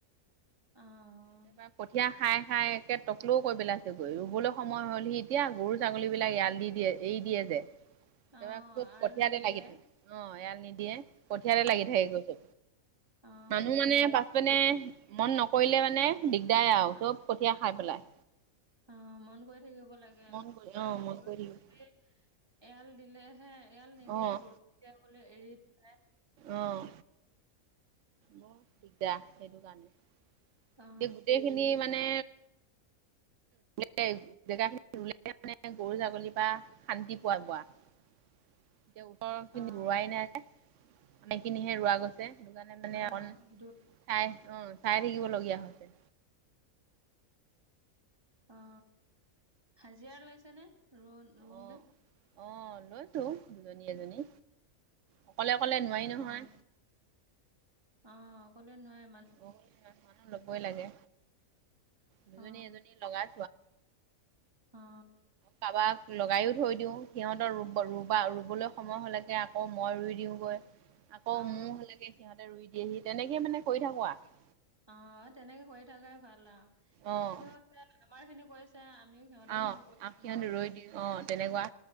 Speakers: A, on the right; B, on the right.
A: অ।
B: ত কঠীয়া। খাই খাই একে তটকলও কৈ পেলাইছে গৈ ৰুবলৈ সময় হ'ল সি এতিয়া গৰু ছাগলী বিলাক ইয়াল দি দিয়ে এ। এই দিয়ে যে। তাৰ
A: অ
B: খুব
A: আৰল
B: কঠীয়াতে
A: নিদিয়ে
B: লাগি থাকে অ এৰাল নিদিয়ে কঠীয়াতে লাগি থাকে গৈচো।
A: অ
B: মানুহ মানে পাছ মানে মন নকৰে। কৰিলে মানে দিগদাৰ আৰু
A: অ
B: চব কঠীয়া খাই পেলাই।
A: অ মন কৰি থাকিব লাগে
B: মন কৰি
A: আৰু
B: অ', মন
A: গৰু
B: কৰি
A: ছাগলী।
B: থাকিব
A: এৰাল দিলেহে এৰাল নিদিয়ে
B: অ',
A: বৰষুণ দিয় গলে এৰি দে।
B: অঁ। বৰ দিগদাৰ সেইটো কাৰণে এ
A: অ
B: গোটেইখিনি মানে। জে জেগাখিনি ৰুলে মানে। গৰু ছাগলীৰ পৰা শান্তি পোৱা বোৱা এতিয়া। ওচৰৰ
A: অ
B: ৰোৱাই নাই আমিখিনিহে ৰোৱা গৈছে। দ কাৰণে মানে
A: অ
B: চাই
A: দূৰ
B: অ চাই থাকিবলগীয়া হৈছে।
A: অ হাজিৰৰা লাইছে নে ৰোৱ ৰোতে।
B: অ', অ লৈছো দুজনী এজনী অকলে। অকলে নোৱাৰি নহয়
A: অ অ অ অকলে নোৱাৰাই।
B: অহ ইমান মানুহ ল'বই লাগে। দুজনী
A: অ
B: এজনী লগাই
A: অ।
B: কাবাক। লগাইও থৈ দিওঁ সিহঁতৰব ৰুব ৰুবা ৰুবলৈ সময় হ'লেকে আকৌ মই ৰুই দিওঁগৈ। আকৌ
A: অ
B: মোৰ হলেকে সিহঁতে ৰুই দিয়েহি তেনেকে মানে কৰি থাকো আৰু।
A: অ তেনেকে কৰি থাকাই ভাল আৰু
B: অ',
A: তেওঁ আমাৰ খিনি কৰিছে। আমিও সিহঁতৰ
B: অ',
A: খিনি কৰি
B: আ
A: দিম
B: সিহঁত
A: আৰু
B: ৰৈ দিওঁ অ', তেনেকুৱা